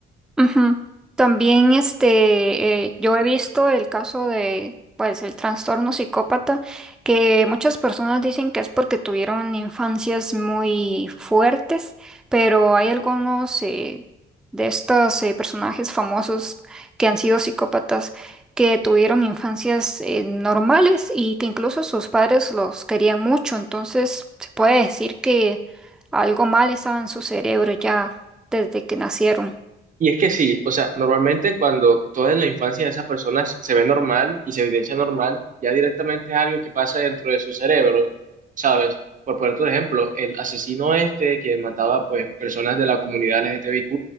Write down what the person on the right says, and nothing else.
Y es que sí, o sea, normalmente cuando toda en la infancia de esas personas se ve normal y se evidencia normal, ya directamente es algo que pasa dentro de sus cerebros, ¿sabes? Por ponerte un ejemplo, el asesino este que mataba pues personas de la comunidad LGTBIQ,